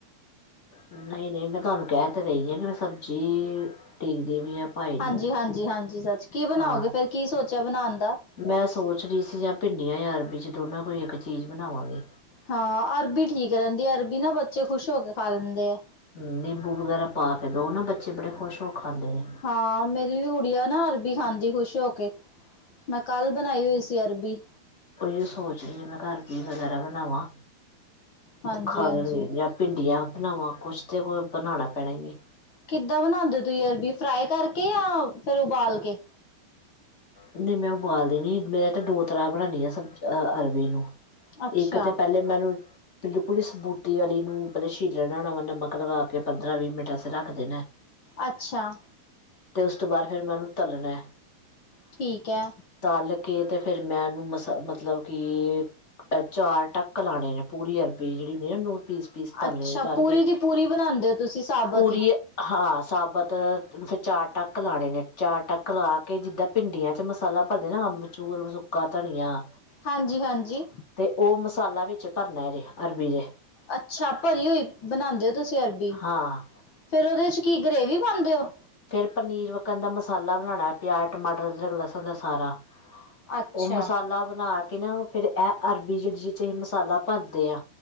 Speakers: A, on the left; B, on the left.
A: ਨਈ- ਨਈ ਮੈਂ ਤੁਹਾਨੂੰ ਕਹਿ ਤੇ ਰਹੀ ਆ ਕਿ ਮੈਂ ਸਬਜ਼ੀ ਉਡੀਕਦੀ ਪਈ ਆ ਭਾਈ ਨੂੰ
B: ਹਾਂਜੀ- ਹਾਂਜੀ -ਹਾਂਜੀ ਸੱਚ ਕੀ ਬਣਾਓਗੇ
A: ਹਾਂ
B: ਫੇਰ ਕੀ ਸੋਚਿਆ ਬਣਾਣ ਦਾ
A: ਮੈਂ ਸੋਚ ਰਹੀ ਸੀ ਜਾਂ ਭਿੰਡੀਆਂ ਜਾਂ ਅਰਬੀ ਚ ਦੋਨਾਂ ਕੋਈ ਇੱਕ ਚੀਜ਼ ਬਣਾਵਾਂਗੀ।
B: ਹਾਂ ਅਰਬੀ ਠੀਕ ਰਹਿੰਦੀ, ਅਰਬੀ ਨਾ ਬੱਚੇ ਖੁਸ਼ ਹੋ ਕੇ ਖਾ ਲੈਂਦੇ ਆ।
A: ਹੂੰ ਨਿੰਬੂ ਵਗ਼ੈਰਾ ਪਾ ਕੇ ਦੋ ਨਾ, ਬੱਚੇ ਬੜੇ ਖੁਸ਼ ਹੋ ਖਾਂਦੇ ਨੇ।
B: ਹਾਂ ਮੇਰੀ ਵੀ ਗੁਡੀਆ ਨਾ ਅਰਬੀ ਖਾਂਦੀ ਖੁਸ਼ ਹੋ ਕੇ। ਮੈਂ ਕੱਲ ਬਣਾਈ ਹੋਈ ਸੀ ਅਰਬੀ।
A: ਉਈਓ ਸੋਚ ਰਹੀ ਆ, ਮੈਂ ਕਿਆ ਅਰਬੀ ਵਗੈਰਾ ਬਣਾਵਾਂ।
B: ਹਾਂਜੀ
A: ਖਾ
B: ਹਾਂਜੀ
A: ਲੈਣਗੇ ਜਾਂ ਭਿੰਡੀਆਂ ਬਣਾਵਾਂ ਕੁੱਛ ਤੇ ਬਣਾਣਾ ਪੈਣਾ ਈ ਏ।
B: ਕਿੱਦਾਂ ਬਣਾਉਂਦੇ ਤੁਹੀਂ ਅਰਬੀ ਫਰਾਈ ਕਰਕੇ ਜਾਂ ਫਿਰ ਉਬਾਲ ਕੇ
A: ਨਹੀਂ ਮੈਂ ਉਬਾਲ ਦੇਣੀ, ਮੈਂ ਤੇ ਦੋ ਤਰ੍ਹਾਂ ਬਣਾਣੀ ਆ ਸਬ ਅਹ ਅਰਬੀ ਨੂੰ
B: ਅੱਛਾ
A: ਇੱਕ ਤੇ ਪਹਿਲੇ ਮੈਨੂੰ ਬਿਲਕੁਲ ਈ ਸਬੂਤੀ ਵਾਲੀ ਨੂੰ ਪਹਿਲੇ ਛੀਲ ਲੈਣਾ ਵਾ ਨਮਕ ਲਗਾ ਕੇ ਪੰਦਰਾਂ ਵੀਹ ਮਿੰਟ ਬਸ ਰੱਖ ਦੇਣਾ ਐ,
B: ਅੱਛਾ
A: ਤੇ ਉਸ ਤੋਂ ਬਾਅਦ ਫੇਰ ਮੈਂ ਉਹਨੂੰ ਤਲਣਾ ਐ
B: ਠੀਕ ਐ‌।
A: ਤਲਕੇ ਤੇ ਫਿਰ ਮੈਂ ਉਹਨੂੰ ਮਸ ਮਤਲਬ ਕਿ ਅਹ ਚਾਰ ਢੱਕ ਲਾਣੇ ਨੇ ਪੂਰੀ ਅਰਬੀ ਜਿਹੜੀ ਹੁੰਦੀ ਨੂੰ ਪੀਸ ਪੀਸ ਕਰਨੇ
B: ਅੱਛਾ
A: ਕਰ
B: ਪੂਰੀ
A: ਕੇ
B: ਦੀ ਪੂਰੀ ਬਣਾਉਂਦੇ ਹੋ ਤੁਸੀਂ ਸਾਬਤ
A: ਪੂਰੀ
B: ਹੀ
A: ਹਾਂ ਸਾਬਤ ਫਿਰ ਚਾਰ ਟੱਕ ਲਾਣੇ ਨੇ ਚਾਰ ਟੱਕ ਲਾ ਕੇ ਜਿੱਦਾਂ ਭਿੰਡੀਆਂ ਚ ਮਸਾਲਾ ਭਰਦੇ ਨਾ ਅੰਬਚੂਰ ਸੁੱਕਾ ਧਨੀਆ
B: ਹਾਂਜੀ-ਹਾਂਜੀ।
A: ਤੇ ਓ ਮਸਾਲਾ ਵਿੱਚ ਭਰਨਾ ਏਦੇ ਅਰਬੀ ਦੇ
B: ਅੱਛਾ ਭਰੀ ਹੋਈ ਬਨਾਂਦੇ ਓ ਤੁਸੀਂ ਅਰਬੀ
A: ਹਾਂ
B: ਫੇਰ ਉਹਦੇ ਚ ਕੀ ਗਰੇਵੀ ਪਾਂਦੇ ਓ।
A: ਫੇਰ ਪਨੀਰ ਵੱਕਨ ਦਾ ਮਸਾਲਾ ਬਨਾਣਾ ਪਿਆਜ਼ ਟਮਾਟਰ ਅਦਰਕ ਲਸਣ ਦਾ ਸਾਰਾ
B: ਅੱਛਾ
A: ਉਹ ਮਸਾਲਾ ਬਨਾ ਕੇ ਨਾ ਫੇਰ ਇਹ ਅਰਬੀ ਜ ਜੀ ਚ ਇਹ ਮਸਾਲਾ ਭਰਦੇ ਆ।